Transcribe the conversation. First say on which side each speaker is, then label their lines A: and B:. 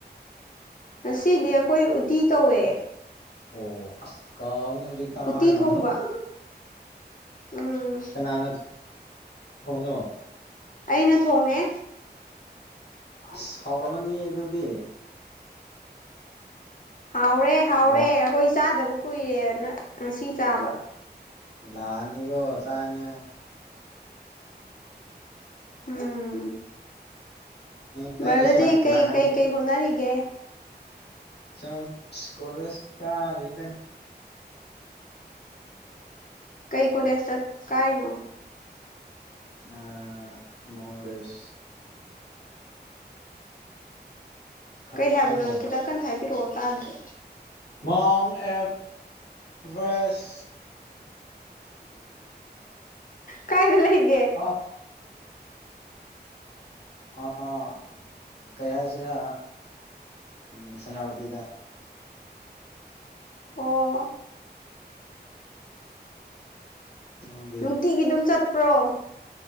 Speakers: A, on the left (about 50°); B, on the left (about 75°).
A: ꯉꯁꯤꯗꯤ ꯑꯩꯈꯣꯏ ꯎꯇꯤ ꯇꯧꯋꯦ
B: ꯑꯣ ꯑꯁ ꯀꯥꯎꯏꯅꯦ ꯍꯧꯖꯤꯛꯇ ꯍꯥꯏꯔꯒ
A: ꯎꯇꯤ ꯊꯣꯡꯕ
B: ꯑꯃꯨꯛꯀ
A: ꯎꯝ
B: ꯀꯅꯅꯥ ꯊꯣꯡꯉꯤꯅꯣ
A: ꯑꯩꯅ ꯊꯣꯡꯉꯦ
B: ꯑꯁ ꯍꯥꯎꯔꯝꯃꯅꯤ ꯌꯦ ꯑꯗꯨꯗꯤ
A: ꯍꯥꯎꯔꯦ ꯍꯥꯎꯔꯦ
B: ꯂꯥꯛ
A: ꯑꯩꯈꯣꯏ ꯆꯥꯗꯕ ꯀꯨꯏꯔꯦꯅ ꯉꯁꯤ ꯆꯥꯕ
B: ꯂꯥꯛꯑꯅꯤꯀꯣ ꯆꯥꯅꯤꯉꯥꯏ
A: ꯎꯝ
B: ꯅꯪꯒꯤꯁꯦ
A: ꯕꯗꯔꯗꯤ ꯀꯩ
B: ꯂꯥꯛꯈꯅꯤ
A: ꯀꯩ ꯀꯩ ꯍꯣꯠꯅꯔꯤꯒꯦ
B: ꯁꯨꯝ ꯀꯣꯂꯦꯁ ꯀꯥꯔꯤꯗ
A: ꯀꯩ ꯀꯣꯂꯦꯖꯇ ꯀꯥꯏꯅꯣ
B: ꯑ ꯃꯣ ꯔꯦꯁ ꯈꯪ
A: ꯀꯩ ꯍꯥꯏꯕꯅꯣ
B: ꯈꯪꯕ꯭ꯔꯣ
A: ꯈꯤꯇꯪ ꯀꯟꯅ ꯍꯥꯏꯕꯤꯔꯛꯑꯣ ꯇꯥꯗ꯭ꯔꯦ
B: ꯃꯥꯎꯟ ꯑꯦꯚꯦꯁ
A: ꯀꯥꯏꯗ ꯂꯩꯒꯦ
B: ꯑ ꯑꯥ ꯀꯩ ꯍꯥꯏꯁꯤꯔꯥ ꯎꯝ ꯁꯦꯅꯥꯄꯇꯤꯗ
A: ꯑꯣ
B: ꯅꯪꯗꯤ
A: ꯅꯨꯡꯇꯤꯒꯤ ꯑꯗꯨꯝ ꯆꯠꯄ꯭ꯔꯣ